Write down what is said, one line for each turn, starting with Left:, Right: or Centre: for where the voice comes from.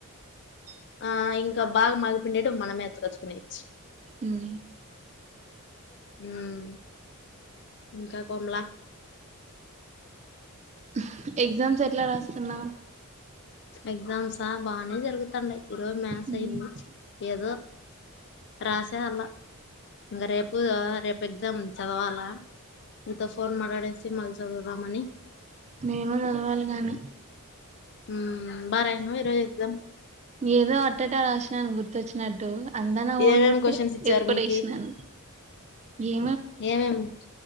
Right: ఆ
Left: ఆ ఇంకా బాగా మల్ ఉండటివి మనమే ఎత్తుగొచ్చుకునేచ్చు
Right: ఉమ్
Left: ఉమ్ ఇంకా కొమలా
Right: ఉహుం ఎగ్జామ్స్ ఎట్లా రాస్తున్నావు.
Left: ఎగ్జామ్సా బాగానే జరుగుతు తున్నాయి. ఈరోజు మ్యాస్
Right: ఉమ్
Left: అయింది. ఏదో రాసేయాల ఇంగా రేపు రేపు ఎగ్జామ్ ఉంది చదవాలా. నీతో ఫోన్ మెయిడేసి మల్లి చదువుదాం అని
Right: నేను చదవాలి గాని
Left: ఉమ్ బారాషినవా ఈరోజు ఎగ్జామ్
Right: ఏదో అట్టట రాసినని గుర్తొచ్చినట్టు అందా నా
Left: ఏమేమి
Right: ఓన్ వర్డ్సే
Left: క్వశ్చన్స్ ఇచ్చారు
Right: ఎత్తిపడేసినను
Left: మీకి
Right: హే
Left: ఏమేమి